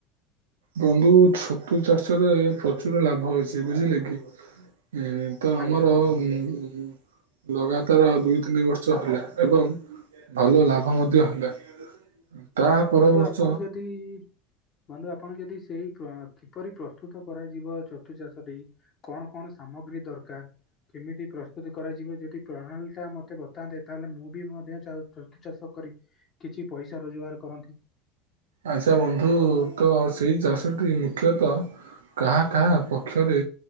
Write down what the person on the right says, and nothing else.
ବନ୍ଧୁ ଛତୁ ଚାଷ ରେ ପ୍ରଚୁର ଲାଭ ଅଛି ବୁଝିଲେ କି। ଏ ତ ଆମର
ଉଁ - ଉଁ ଲଗାତର ଦୁଇ, ତିନି ବର୍ଷ ହେଲା ଏବଂ ଭଲ ଲାଭ ମଧ୍ୟ ହେଲା। ତା ପର
ବର୍ଷ
ଆଚ୍ଛା ବନ୍ଧୁ ତ ସେଇ ଚାଷଟି ମୁଖ୍ୟତଃ କାହା କାହା ପକ୍ଷରେ